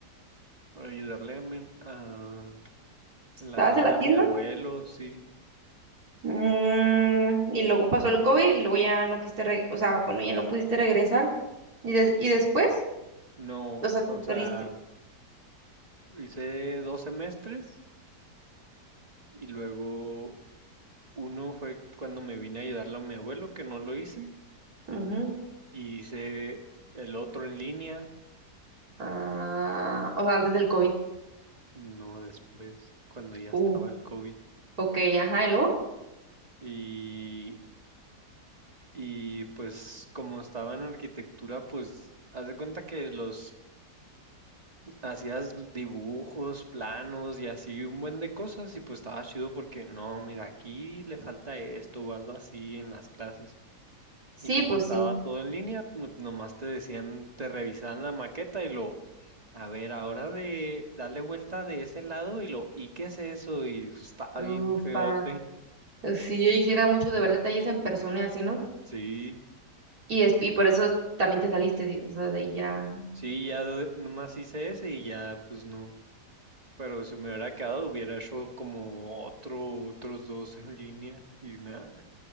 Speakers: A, on the right; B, on the right.
A: para ayudarle a mi- a- en
B: ¿Estabas
A: la tienda
B: en la tienda?
A: a mi abuelo, sí.
B: Mm, y luego pasó el COVID y luego ya no quisiste, re- o sea, bueno, ya no pudiste regresar. ¿Y, des- y después?
A: No,
B: O sea, te
A: o
B: saliste.
A: sea, hice dos semestres y luego Uno fue cuando me vine a ayudarle a mi abuelo, que no lo hice,
B: Ujú.
A: y hice el otro en línea,
B: Ah, o sea, antes del COVID.
A: no después, cuando ya
B: Uh,
A: estaba el COVID.
B: ok, ajá, ¿y luego?
A: Y, y pues como estaba en arquitectura, pues haz de cuenta que los hacías dibujos, planos y así un buen de cosas y pues estaba chido porque no, mira, aquí le falta esto o algo así en las clases.
B: Sí,
A: Y como
B: pues
A: estaba
B: sí.
A: todo en línea, no- nomás te decían, te revisaban la maqueta y lo, a ver, ahora de darle vuelta de ese lado y lo, ¿y qué es eso? Y pues, estaba
B: Ufa.
A: bien feote.
B: Si yo hiciera mucho de ver detalles en persona y así, ¿no?
A: Sí,
B: Y, des- y por eso es- también te saliste, di- o sea, de ahí ya.
A: sí, ya de- nomás hice ese y ya, pues no. Pero si me hubiera quedado, hubiera hecho como otro, otros dos en línea y nada.